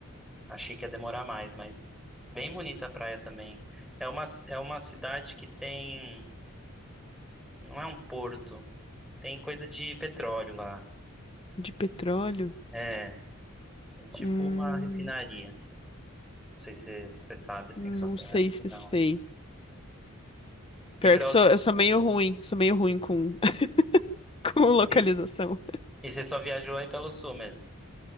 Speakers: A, in the centre; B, on the left.
A: achei que ia demorar mais, mas bem bonita a praia também. É uma é uma cidade que tem, não é um porto, tem coisa de petróleo lá.
B: De petróleo.
A: É, tem tipo
B: Hum,
A: uma refinaria. Não sei se você sabe assim,
B: não
A: só acho
B: sei se
A: que não.
B: sei. Pior
A: E para
B: que sou, eu sou meio ruim, sou meio ruim com, <laughs> com localização.
A: e, e você só viajou aí pelo sul mesmo.